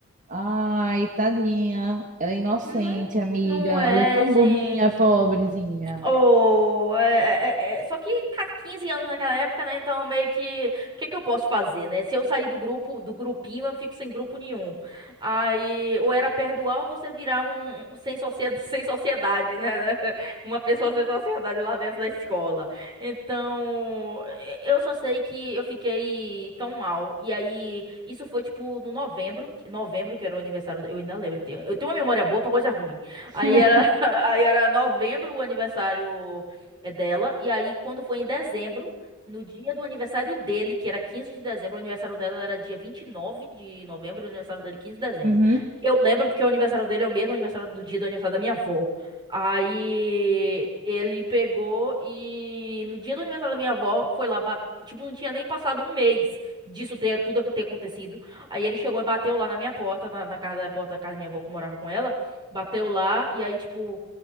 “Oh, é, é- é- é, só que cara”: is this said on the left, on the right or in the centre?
Right